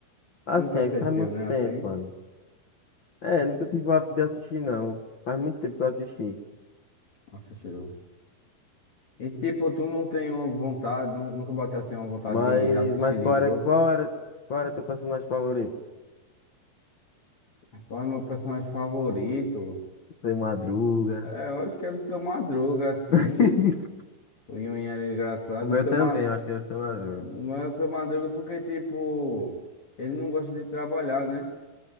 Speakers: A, on the left; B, on the left.
A: Assim,
B: Nunca assistiu,
A: é faz muito
B: né?
A: tempo,
B: Assim?
A: mano. É, nunca tive o hábito de assistir, não. Faz muito tempo que eu assisti.
B: Assistiu. E tipo, tu não tem uma vontade, nu- nunca bateu assim uma vontade
A: Mas,
B: de reassistir
A: mas
B: de
A: qual
B: novo?
A: era, qual era, qual era teu personagem favorito?
B: Rapaz, meu personagem favorito.
A: Seu Madruga.
B: É, eu acho que era o seu Madruga, assim.
A: <laughs>
B: O Yun era engraçado.
A: O meu
B: O seu
A: também,
B: Ma...
A: eu acho que era o Seu Madruga.
B: Não é o seu Madruga porque, tipo, ele não gosta de trabalhar, né?